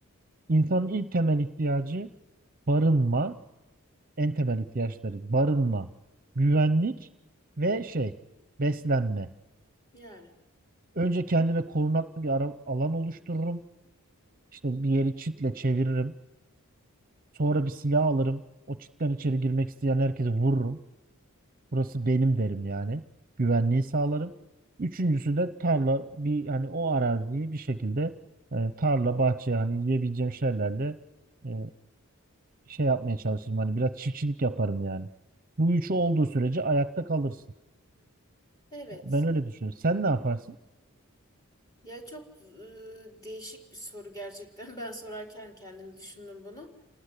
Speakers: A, on the right; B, on the left.
A: insanın ilk temel ihtiyacı barınma, en temel ihtiyaçları barınma, güvenlik ve şey beslenme.
B: Yani.
A: Önce kendime korunaklı bir ara- alan oluştururum. İşte bir yeri çitle çeviririm. Sonra bir silah alırım. O çitten içeri girmek isteyen herkese vururum. Burası benim derim yani. Güvenliği sağlarım. Üçüncüsü de tarla bir hani o araziyi bir şekilde e, tarla bahçe hani yiyebileceğim şeylerle e, şey yapmaya çalışırım. Hani biraz çiftçilik yaparım yani. Bu üçü olduğu sürece ayakta kalırsın.
B: Evet.
A: Ben öyle düşünüyorum. Sen ne yaparsın?
B: Ya çok e, değişik bir soru gerçekten. <laughs> Ben sorarken kendimi düşündüm bunu.